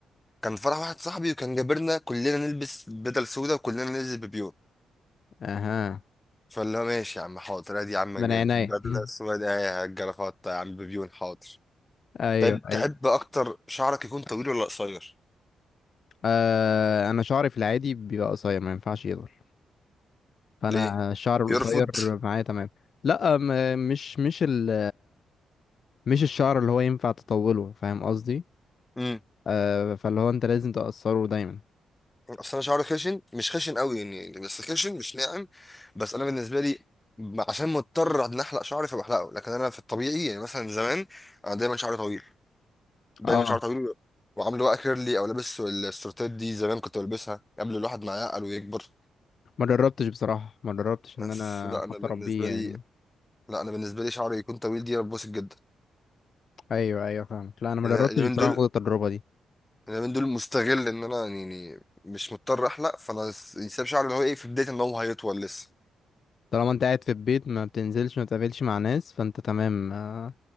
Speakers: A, on the left; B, on the left.
A: كان فرح واحد صاحبي وكان جابرنا كلنا نلبس بدل سودا وكلنا نلبس بيبيون
B: اها
A: فاللي هو ماشي يا عم حاضر ادي يا عم
B: من
A: البدله
B: عينيا <laughs>
A: السوداء اهي الجرافات يا عم بيبيون حاضر
B: ايوه
A: طيب تحب
B: ايوه
A: اكتر شعرك يكون طويل ولا قصير
B: آه انا شعري في العادي بيبقى قصير ما ينفعش يطول فانا
A: ليه
B: الشعر القصير
A: يرفض
B: معايا تمام لا م- مش مش ال مش الشعر اللي هو ينفع تطوله فاهم قصدي
A: امم
B: آه فاللي هو انت لازم تقصره دايما
A: اصل انا شعري خشن مش خشن قوي يعني بس خشن مش ناعم بس انا بالنسبه لي م- عشان مضطر ان احلق شعري فبحلقه لكن انا في الطبيعي يعني مثلا زمان انا دايما شعري طويل دايما
B: اه
A: شعري طويل وعامله بقى كيرلي او لابس السورتات دي زمان كنت بلبسها قبل الواحد ما يعقل ويكبر
B: ما جربتش بصراحة ما جربتش ان
A: بس
B: انا
A: لا انا
B: حتى
A: بالنسبه
B: اربيه
A: لي
B: يعني
A: لا انا بالنسبه لي شعري يكون طويل دي انا ببسط جدا
B: ايوه ايوه فاهمك لا انا ما
A: لان
B: جربتش
A: أنا اليومين
B: بصراحة
A: دول
B: خد التجربة دي
A: اليومين دول مستغل ان انا يعني يعني مش مضطر احلق فانا س- ساب شعري اللي هو ايه في بدايه ان هو هيطول لسه
B: طالما انت قاعد في البيت ما بتنزلش ما بتقابلش مع ناس فانت تمام آه،